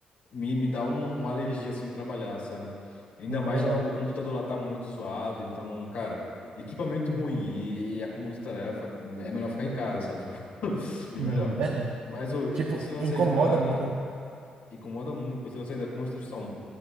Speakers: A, on the left (about 75°); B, on the right (about 75°).
A: me, me dá um, uma alergia, assim, de trabalhar, sabe? Ainda
B: Não,
A: mais
B: é verdade.
A: lá, o computador lá tá muito zoado, então, cara. Equipamento ruim e, e acúmulo de tarefa, é melhor ficar em casa, sabe? <laughs> Tipo, Bem
B: Não,
A: melhor.
B: é verdade.
A: Mas ô,
B: Tipo,
A: esse lance
B: incomoda
A: aí da.
B: muito, né?
A: Incomoda muito, pô, esse lance aí da construção.